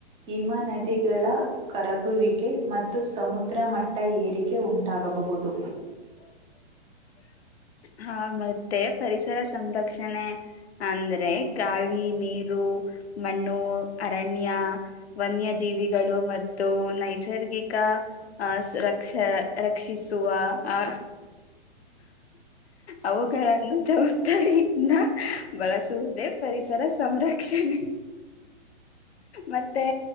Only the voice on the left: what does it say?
ಹ ಹ ಮತ್ತೆ ಪರಿಸರ ಸಂರಕ್ಷಣೆ ಅಂದ್ರೆ ಗಾಳಿ ನೀರು ಮಣ್ಣು ಅರಣ್ಯ ವನ್ಯಜೀವಿಗಳು ಮತ್ತು ನೈಸರ್ಗಿಕ ಆ ರಕ್ಷ ರಕ್ಷಿಸುವ ಆ ಅವುಗಳನ್ನು ಜವಾಬ್ದಾರಿಯಿಂದ ಬಳಸುವುದೇ ಪರಿಸರ ಸಂರಕ್ಷಣ ಮತ್ತೆ